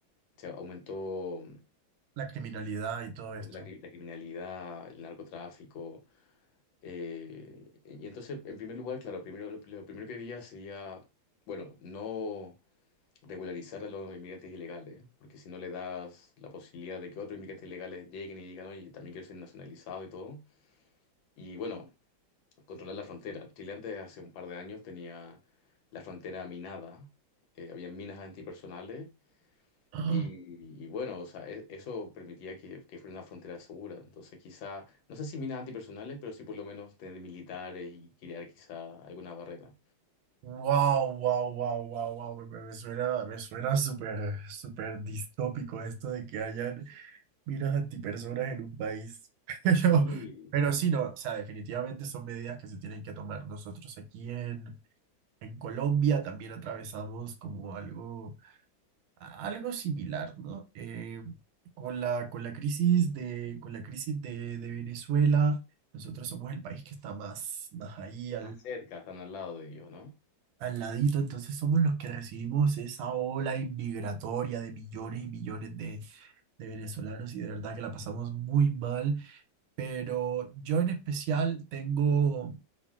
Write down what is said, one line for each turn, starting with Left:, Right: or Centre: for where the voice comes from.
Left: se aumentó
Right: La criminalidad y todo esto.
Left: la, cri- la criminalidad, el narcotráfico, Eh, y entonces, en primer lugar, claro, primero, lo, lo primero que diría sería, bueno, no regularizar a los inmigrantes ilegales, porque si no le das la posibilidad de que otros inmigrantes ilegales lleguen y digan, oye, también quiero ser nacionalizado y todo. Y bueno, controlar la frontera. Chile antes, hace un par de años, tenía la frontera minada, eh, había minas antipersonales
Right: <gasps>
Left: y, y bueno, o sea, e- eso permitía que, que fuera una frontera segura. Entonces, quizá, no sé si minas antipersonales, pero sí por lo menos tener militares y crear quizá alguna barrera.
Right: Wow, wow, wow, wow, wow, me, me- me suena, me suena súper, súper distópico esto de que hayan minas antipersonas en un país. <laughs> Pero,
Left: Sí,
Right: pero sí, no, o sea, definitivamente son medidas que se tienen que tomar. Nosotros aquí en, en Colombia también atravesamos como algo, algo similar, ¿no? Eh, con la, con la crisis de, con la crisis de, de Venezuela, nosotros somos el país que está más, más ahí
Left: más cerca, están al lado de ellos, ¿no?
Right: al ladito, entonces somos los que recibimos esa ola inmigratoria de millones y millones de, de venezolanos y de verdad que la pasamos muy mal, pero yo en especial tengo,